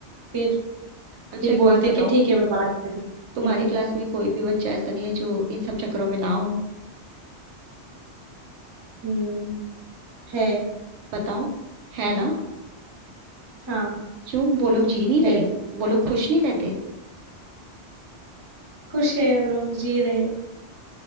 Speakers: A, on the right; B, on the right.
A: फिर
B: अच्छा
A: फिर
B: एक
A: बोलते
B: बात
A: हैं
B: बताओ
A: कि ठीक है मैं बात करूँ
B: तुम्हारी
A: हम्म
B: क्लास में कोई भी बच्चा ऐसा नहीं है जो इन सब चक्करों में ना हो
A: हम्म है
B: बताओ है ना
A: हाँ
B: क्यों वो लोग जी नहीं
A: है
B: रहे वो लोग खुश नहीं रहते
A: खुश है वो लोग जी रहे हैं,